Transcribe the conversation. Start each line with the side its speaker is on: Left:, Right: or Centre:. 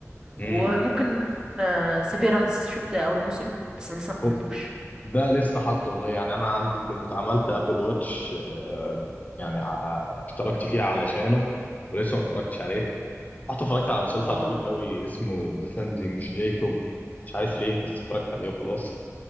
Left: امم
Right: وممكن سيفيرانس شفت اول موسم بس لسه ما كملتوش
Left: هو ده لسه حاطه والله يعني انا عندي كنت عملت ابل واتش آه يعني ع- اشتركت فيه علشانه ولسه ما اتفرجتش عليه رحت اتفرجت على مسلسل
Right: اه
Left: عبيط قوي اسمه ديفندينج جايكوب مش عارف ليه بس اتفرجت عليه وخلاص